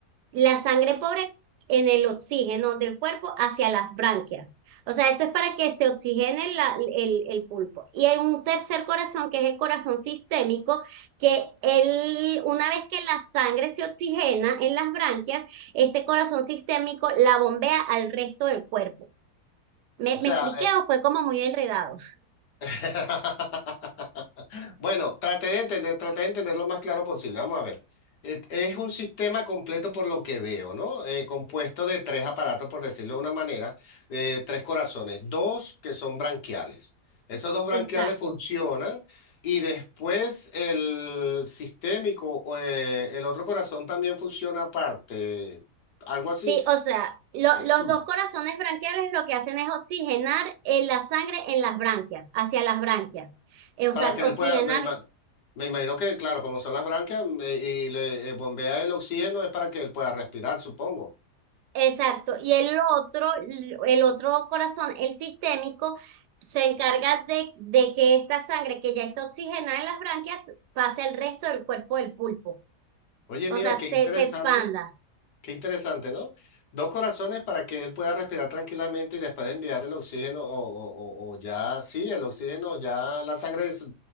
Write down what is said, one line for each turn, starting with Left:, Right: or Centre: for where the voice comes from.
Right: la sangre pobre en el oxígeno del cuerpo hacia las branquias. O sea, esto es para que se oxigene la- el, el pulpo. Y hay un tercer corazón que es el corazón sistémico, que él, una vez que la sangre se oxigena en las branquias, este corazón sistémico la bombea al resto del cuerpo. ¿Me,
Left: o sea,
Right: me expliqué o fue como muy enredado?
Left: eh, <laughs> Bueno, traté de entender, traté de entender lo más claro posible. Vamos a ver. Es es un sistema completo por lo que veo, ¿no? Eh, compuesto de tres aparatos, por decirlo de una manera, eh, tres corazones, dos que son branquiales. Esos dos branquiales
Right: Exacto.
Left: funcionan y después el sistémico, o, eh, el otro corazón también funciona aparte, algo así,
Right: Sí, o sea, lo-
Left: <clears throat>
Right: los dos corazones branquiales lo que hacen es oxigenar en la sangre en las branquias, hacia las branquias. Eh, o
Left: para
Right: sea,
Left: que él
Right: oxigenar,
Left: pueda... me ima- me imagino que, claro, como son las branquias mm, eh, y le eh, bombea el oxígeno es para que él pueda respirar, supongo.
Right: exacto. Y el otro, el otro corazón, el sistémico, se encarga de, de que esta sangre que ya está oxigenada en las branquias pase al resto del cuerpo del pulpo.
Left: Oye,
Right: O
Left: mira,
Right: sea,
Left: qué
Right: se,
Left: interesante,
Right: se expanda.
Left: qué interesante, ¿no? Dos corazones para que él pueda respirar tranquilamente y después de enviar el oxígeno o, o- o- o ya, sí, el oxígeno, ya la sangre des-